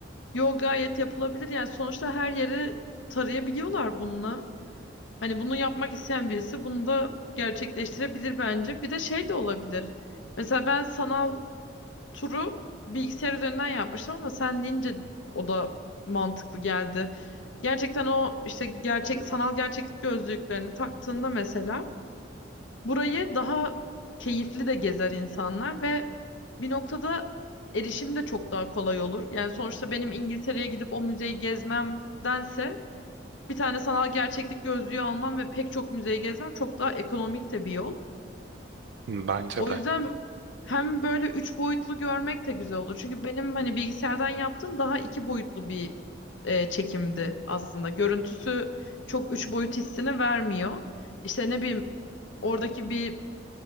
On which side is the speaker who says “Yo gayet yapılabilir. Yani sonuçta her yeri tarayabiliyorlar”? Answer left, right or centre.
Left